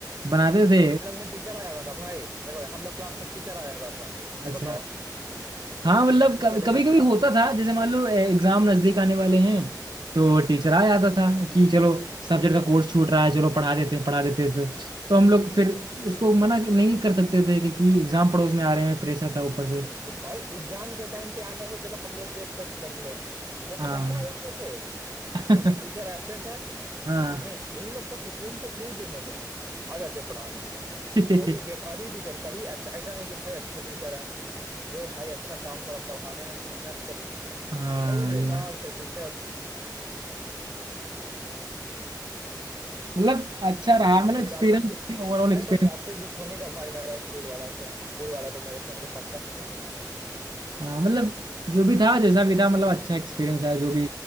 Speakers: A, on the right; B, on the right.
A: बनाते थे
B: हम लोग में टीचर आ जाता था भाई देखो हम लोग क्लास में टीचर आ जाता था
A: अच्छा
B: अब बताओ
A: हाँ मतलब
B: कैसे चलेगा
A: कभी कभी होता था जैसे मान लो एग्जाम नजदीक आने वाले हैं तो टीचर आ जाता था कि चलो सब्जेक्ट का कोर्स छूट रहा है चलो पढ़ा देते हैं पढ़ा देते थे तो हम लोग फिर उसको मना नहीं कर सकते थे क्योंकि एग्जाम पड़ोस में आ रहे हैं प्रेशर था ऊपर से
B: एक भाई एग्जाम के टाइम पे आना तो चलो हम लोग भी एक्सेप्ट कर लें वो
A: हाँ
B: हमेशा आ जाते थे
A: <laughs>
B: लाइक एक टीचर एब्सेंट है
A: हाँ
B: नहीं इन लोग को सुकून से क्यों जीने देंगे आ जाते पढ़ाने
A: <laughs>
B: वो भी बेकार ही टीचर कभी अच्छा ऐसा नहीं कि भाई अच्छा टीचर है जो भाई अच्छा काम थोड़ा पढ़ाने में मेहनत कर ले
A: हाँ
B: वही बेकार
A: ये बात
B: से टीचर्स
A: मतलब अच्छा रहा मतलब
B: कोई
A: एक्सपीरियंस
B: जाति
A: ओवरऑल
B: भाई
A: एक्सपीरियंस
B: कोई जाति दुश्मनी था भाई मेरा स्कूल वाला से स्कूल वाला को मेरे से हमको पक्का समझ में आ रहा है
A: हाँ मतलब जो भी था जैसा भी था मतलब अच्छा एक्सपीरियंस था जो भी